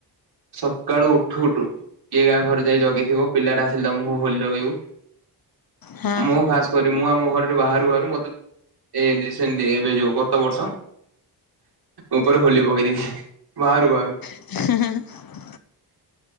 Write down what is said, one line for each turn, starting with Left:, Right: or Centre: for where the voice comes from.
Right: ସକାଳୁ ଉଠୁ ଉଠୁ କିଏ କାହା ଘରେ ଯାଇ ଜଗିଥିବ ପିଲାଟା ଆସିଲେ ତା ମୁଁହକୁ ହୋଲି ଜଗେଇବୁ।
Left: ହଁ
Right: ମୁଁ ଖାସ୍ କରି ମୁଁ ଆମ ଘରରୁ ବାହାରୁ ବାହାରୁ ମତେ ଏ ରିସେଣ୍ଟେ ଏବେ ଯୋଉ ଗତ ବର୍ଷ ଉପରେ ହୋଲି ପକେଇଦେଇ ବାହାରୁ ବାହାରୁ
Left: ହାଁ ହାଁ ହାଁ।